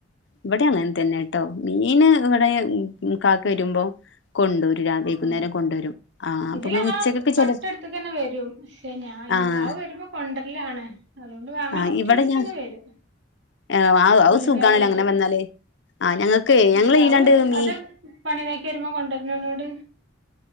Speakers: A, on the left; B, on the right.
A: ഇവിടെ അങ്ങനെ തന്നെ കേട്ടോ മീന് ഇവിടെ കാക്ക വരുമ്പോ കൊണ്ടുവരും. വൈകുന്നേരം
B: <unintelligible>
A: കൊണ്ടുവരും ആഹ് അപ്പൊ
B: ഇതിലങ്ങളെ
A: ഉച്ചക്കൊക്കെ
B: തൊട്ടടുത്ത
A: ചെല
B: തന്നെ വരും പഷേ ഞാ
A: ആഹ്
B: വരുമ്പോ കൊണ്ടരല്ലാണ്. അതുകൊണ്ട് വാങ്ങ
A: ആഹ്
B: മുറ്റത്തെക്ക്യന്നെ
A: ഇവിടെ ഞാൻ
B: വരും
A: അത്
B: മീങ്കാരൻ
A: സുഖാണല്ലോ
B: വരും
A: അങ്ങനെ വന്നാല് ആ ഞങ്ങക്ക്
B: പഷേ
A: ഞങ്ങള്
B: അവ്
A: ഈലാണ്ട് മീ
B: അത് പണിതൊക്കെ വരുമ്പോ കൊണ്ടുവരുന്നനോട്